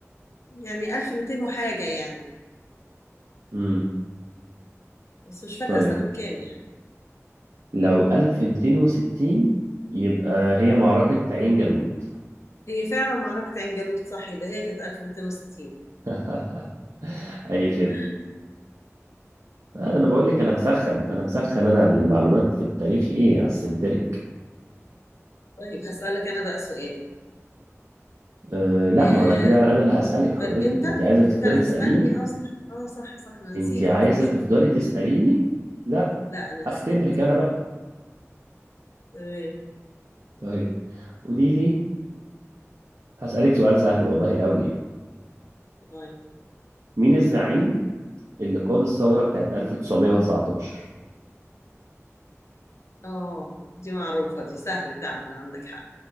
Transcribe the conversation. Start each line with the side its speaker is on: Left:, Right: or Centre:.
Left: يعني 1200 وحاجة يعني
Right: امم
Left: بس مش فاكرة
Right: طيب
Left: سنة كام يعني
Right: لو 1260 يبقى هي معركة عين جالوت
Left: هي فعلا معركة عين جالوت صح ده هي كانت 1260
Right: <laughs> اي
Left: <laughs>
Right: خدمة آه، انا بقول لك انا مسخن انا مسخن انا المعلومات في التاريخ ايه على السنتريك
Left: طيب هسألك أنا بقى سؤال
Right: أه لا
Left: آه،
Right: ما انا كده انا اللي هسألك حضرتك
Left: آه، أنت
Right: انت عايزة تفضلي
Left: أنت لا
Right: تسأليني
Left: تسألني أه صح أه صح صح أنا
Right: انت
Left: نسيت
Right: عايزة
Left: نسيت
Right: تفضلي تسأليني لا
Left: لا أنا نسيت
Right: اختبرك انا بقى
Left: تمام
Right: طيب قولي لي هسألك سؤال سهل والله قوي يعني
Left: طيب
Right: مين الزعيم اللي قاد الثورة بتاعت 1919
Left: أه دي معروفة دي سهل فعلا عندك حق